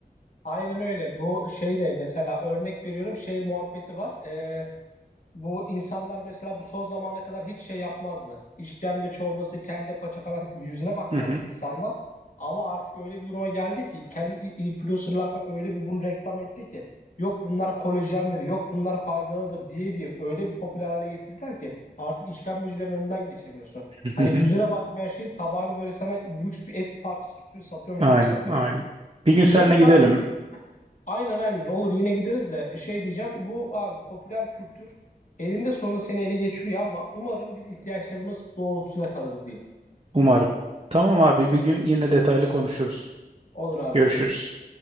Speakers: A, on the left; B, on the right.
A: aynen öyle. Bu şey de mesela örnek veriyorum şey muhabbeti var. Ee, Bu insanlar mesela bu son zamana kadar hiç şey yapmazdı. İşkembe çorbası, kelle paça falan yüzüne bakmazdı
B: Hı hı.
A: Evet. insanlar. Ama artık öyle bir duruma geldi ki kelle influencerlar falan öyle bir bunu reklam etti ki yok bunlar kolajendir, yok bunlar faydalıdır diye diye öyle bir popüler hale getirdiler ki artık işkembecilerin önünden geçemiyorsun.
B: <laughs>
A: Hani yüzüne bakmayan şey tabağını böyle sana lüks bir et parçası satıyormuş
B: Aynen,
A: gibi satıyorlar.
B: aynen. Bir gün seninle
A: Neyse
B: gidelim
A: abi Aynen aynen olur yine gideriz de şey diyeceğim bu abi popüler kültür elinde sonunda seni ele geçiriyor ama umarım biz ihtiyaçlarımız doğrultusunda kalırız diyeyim.
B: umarım. Tamam abi bir gün yine detaylı konuşuruz.
A: Olur abi
B: Görüşürüz.
A: görüşürüz.